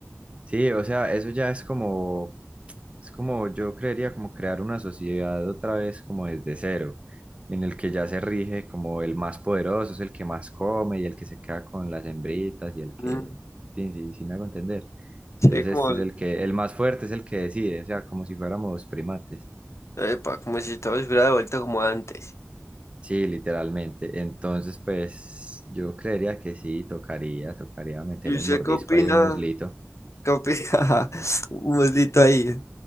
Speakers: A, on the right; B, on the left.
A: Sí, o sea, eso ya es como, es como yo creería como crear una sociedad otra vez como desde cero, en el que ya se rige como el más poderoso es el que más come y el que se queda con las hembritas y el que,
B: Mm,
A: sí, sí, sí me hago entender.
B: Sí,
A: Entonces
B: como,
A: este
B: el-
A: es el que, el más fuerte es el que decide, o sea, como si fuéramos primates.
B: epa, como si todo se hubiera devuelto como antes.
A: Sí, literalmente. Entonces, pues yo creería que sí, tocaría, tocaría meterle
B: ¿Y usted
A: el mordisco
B: qué opina?
A: ahí a un muslito.
B: ¿Qué opina? <laughs> Un moslito ahí.